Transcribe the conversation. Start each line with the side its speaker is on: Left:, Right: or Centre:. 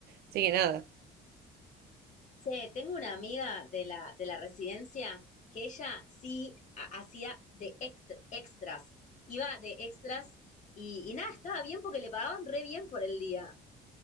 Right: Así que nada.
Left: <laughs> Che, tengo una amiga de la, de la residencia que ella sí ha- hacía de ect- extras, iba de extras y, y nada, estaba bien porque le pagaban re bien por el día.